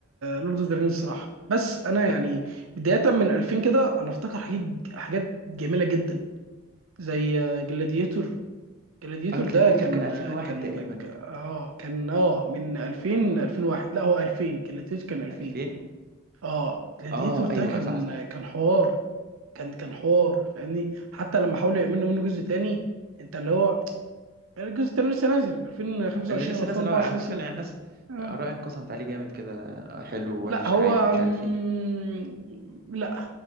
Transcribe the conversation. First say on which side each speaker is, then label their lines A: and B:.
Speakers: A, on the right; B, on the right.
A: لورد اوف ذا رينجز صراحة. بس انا يعني
B: طب
A: بداية من 2000 كده انا افتكر حاجات حاجات جميلة جدا زي جلاديتور جلاديتور
B: اه جلاديتور
A: ده كان
B: كان 2001
A: كان
B: تقريبا
A: اه كان اه من 2000 ل 2001 لا هو 2000 جلاديتور كان 2000
B: 2000
A: اه جلاديتور
B: اه
A: ده
B: ايوه
A: كان
B: صح صح
A: كان حوار كان كان حوار فاهمني حتى لما حاولوا يعملوا منه جزء تاني انت اللي هو الجزء التاني لسه نازل 2025
B: اللي لسه
A: او 2024
B: نازل هو على فكرة
A: سين
B: يعني الناس
A: اه
B: آراء انقسمت عليه جامد كده حلو
A: لا
B: وحش
A: هو
B: عادي مش
A: مم،
B: عارف ايه
A: لا